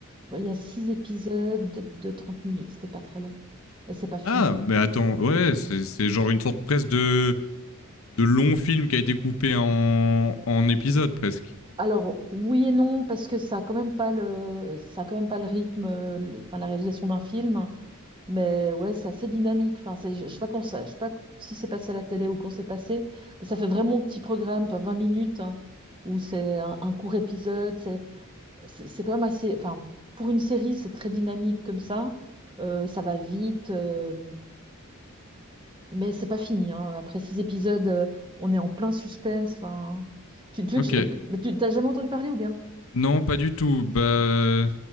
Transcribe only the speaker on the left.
Ah, mais attends, ouais, c'est c'est genre une sorte presque de, de long film qui a été coupé en, en épisodes presque.
Ok.
Non, pas du tout. Bah,